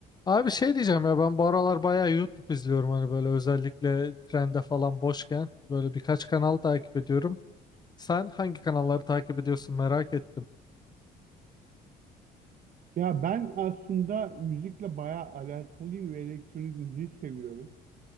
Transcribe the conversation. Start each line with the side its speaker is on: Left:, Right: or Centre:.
Left: Abi şey diyeceğim ya ben bu aralar bayağı YouTube izliyorum hani böyle özellikle trende falan boşken böyle birkaç kanal takip ediyorum. Sen hangi kanalları takip ediyorsun merak ettim.
Right: Ya ben aslında müzikle bayağı alakalıyım ve elektronik müziği seviyorum.